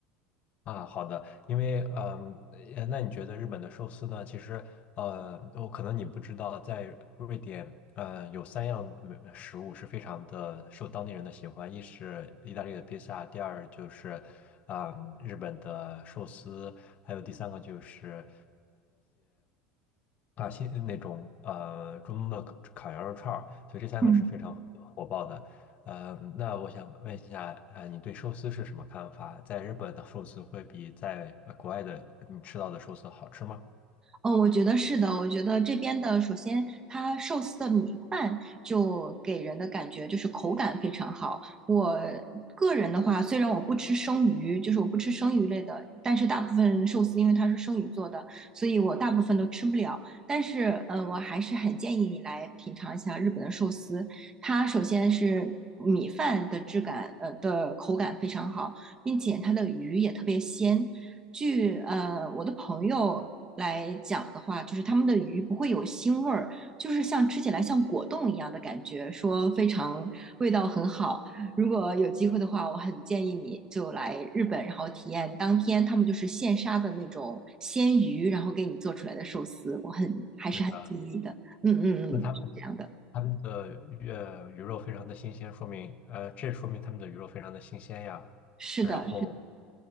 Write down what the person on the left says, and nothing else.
啊，好的，因为嗯，呃那你觉得日本的寿司呢？其实呃，我可能你不知道，在瑞典，呃，有三样美食物是非常的受当地人的喜欢，一是意大利的披萨，第二就是啊、日本的寿司，还有第三个就是啊，新那种呃中东的烤烤羊肉串儿，所以这三个是非常火爆的。
呃，那我想问一下，呃，你对寿司是什么看法？在日本的寿司会比在呃国外的你吃到的寿司好吃吗？
对的，
那他们
他们的鱼呃鱼肉非常的新鲜，说明呃这说明他们的鱼肉非常的新鲜呀。
然后